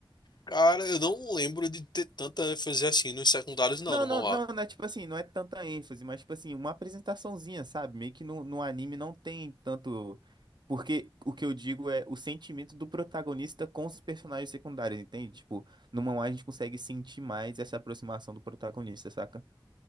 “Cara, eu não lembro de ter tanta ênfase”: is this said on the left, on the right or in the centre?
Left